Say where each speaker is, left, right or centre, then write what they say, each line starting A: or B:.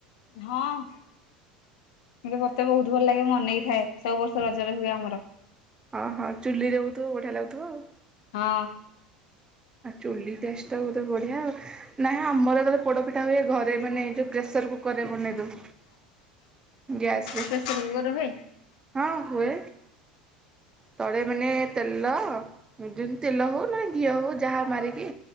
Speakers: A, on the left; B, on the right.
A: ହଁ। କିନ୍ତୁ ମତେ ବହୁତ ଭଲ ଲାଗେ, ମୁଁ ଅନେଇ ଥାଏ। ସବୁ ବର୍ଷ ରଜରେ ହୁଏ ଆମର।
B: ଅ ହଁ, ଚୁଲିରେ ହଉଥିବ ବଢିଆ ଲାଗୁଥିବ ଆଉ।
A: ହଁ।
B: ଆଉ ଚୁଲି ଟେଷ୍ଟ ଟା ବୋଧେ ବଢିଆ ଆଉ, ନାଇ ଆମର ଯେତେବେଳେ ପୋଡ ପିଠା ହୁଏ ଘରେ ମାନେ ଯୋଉ ପ୍ରେସର କୁକରରେ ବନେଇ ଦେଉ। ଗ୍ୟାସରେ,
A: ପ୍ରେସର କୁକର ହୁଏ
B: ହଁ ହୁଏ। ତଳେ ମାନେ ତେଲ ଯେମିତି ତେଲ ହଉ ନା ଘିଅ ହଉ ଯାହା ମାରିକି